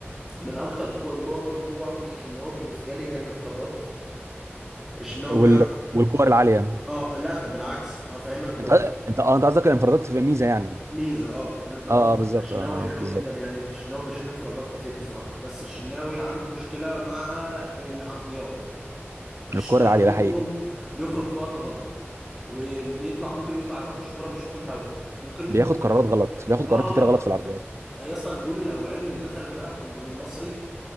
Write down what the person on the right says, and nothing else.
وال...
والكور العاليه
انت انت اه انت قصدك الانفرادات تبقى ميزه يعني
اه
اه بالظبط
اه آه،
بالظبط
الكور العاليه
ده حقيقي
بياخد قرارات غلط
بياخد
قرارات كتير
غلط في العرضيات